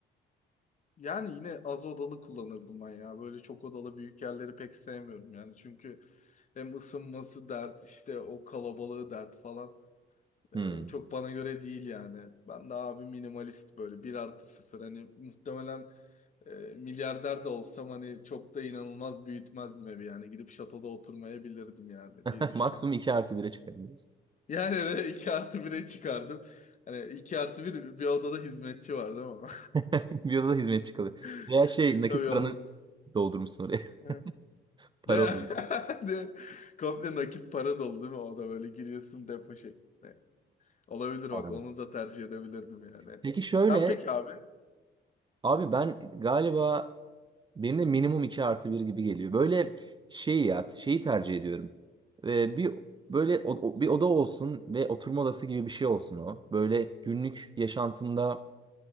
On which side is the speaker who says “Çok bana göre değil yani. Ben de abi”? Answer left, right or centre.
Left